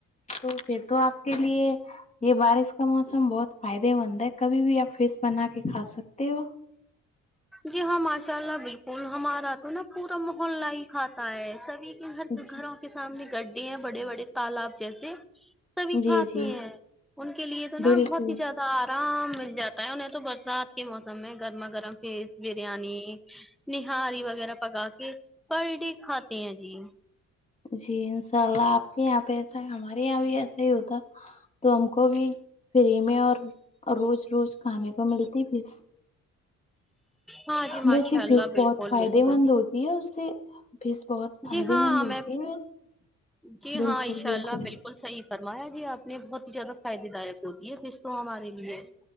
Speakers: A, on the left; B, in the centre.
A: تو پھر تو اپ کے لیے یہ بارش کا موسم بہت فائدے مند ہے کبھی بھی آپ فش بنا کے کھا سکتے ہو
B: جی ہاں ماشاء اللہ بالکل ہمارا تو نا پورا محلہ ہی کھاتا ہے سبھی
A: جی
B: گھروں کے سامنے گڈھ ہیں بڑے بڑے تالاب جیسے سبھی
A: جی
B: کھاتے
A: جی
B: ہیں ان کے لیے تو نا
A: بالکل
B: بہت ہی زیادہ سارا مل جاتا ہے انہیں تو برسات کے موسم میں گرما گرم تیز بریانی نہاری وغیرہ پکا کے پر ڈے کھاتے ہیں جی
A: جی انشاء اللہ آپ کے یہاں پہ ایسا ہے ہمارے یہاں بھی ایسا ہی ہوتا تو ہم کو بھی فری میں اور روز روز کھانے کو ملتی پھس
B: ہاں جی
A: ویسے
B: ماشاء اللہ
A: فیس
B: بالکل
A: بہت فائدے
B: بالکل
A: مند ہوتی ہے اس سے پھس بہت فائدے
B: جی ہاں
A: مند ہوتی
B: میں جی
A: بالکل
B: ہاں انشاء
A: بالکل
B: اللہ صحیح فرمایا جی آپ نے بہت ہی زیادہ فائدے دائک ہوتی ہے فیش تو ہمارے لیے